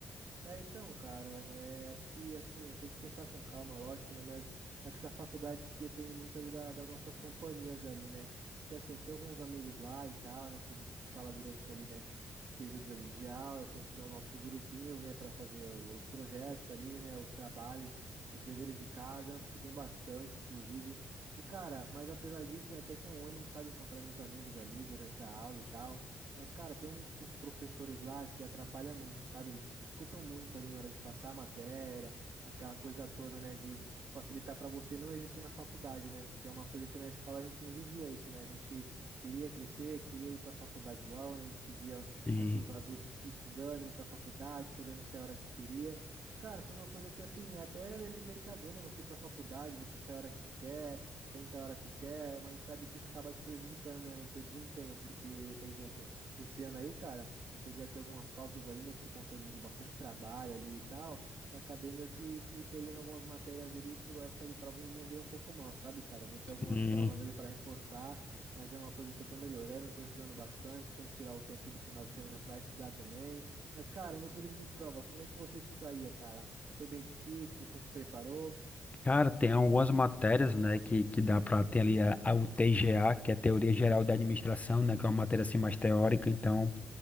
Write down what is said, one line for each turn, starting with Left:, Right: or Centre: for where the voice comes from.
Right: É, então, cara, é, acho que assim, é, tem que pensar com calma, lógico, né? Mas acho que a faculdade se depende muito ali da- das nossas companhias ali, né? Porque assim, eu tenho alguns amigos lá e tal, né? Que a gente se fala durante ali, né? Os períodos ali de aula, que a gente tem os nossos grupinhos, né? Pra fazer os projetos ali, né? Os trabalhos, os deveres de casa, porque tem bastante, inclusive. E, cara, mas apesar disso, é até que é um ânimo, sabe? Encontrar meus amigos ali durante a aula e tal. Mas, cara, tem um- uns professores lá que atrapalham muito, sabe? Eles dificultam muito ali na hora de passar a matéria, aquela coisa toda, né? De, de facilitar para você não existir na faculdade, né? Que é uma coisa que na escola a gente não vivia isso, né? A gente queria crescer, queria ir para a faculdade logo, né? A gente via,
Left: Tem,
Right: assim, os adultos estudando, indo para a faculdade, podendo ser a hora que queria. E, cara, foi uma coisa que, assim, é até é libertador, né? Você ir para a faculdade, você sai a hora que quer, senta a hora que quer, mas a gente sabe que isso acaba te prejudicando, né? No seu desempenho, porque, por exemplo. Esse ano aí, cara, eu cheguei a ter algumas faltas ali, né, por conta de, de bastante trabalho ali e tal, e acabei meio que, que me perdendo algumas matérias ali, chegou a época de prova e me mandei um pouco mal, sabe, cara? Eu vou ter algumas
Left: tem-
Right: provas ali para reforçar, mas é uma coisa que eu tô melhorando, eu tô estudando bastante, tento tirar o tempo do final de semana para estudar também. Mas, cara, e no período de provas, como é que você se saía, cara? Foi bem difícil? Você se preparou?
Left: cara, tem algumas matérias, né? Que, que dá para ter ali a, a UTGA, que é a Teoria Geral da Administração, né? Que é uma matéria assim mais teórica, então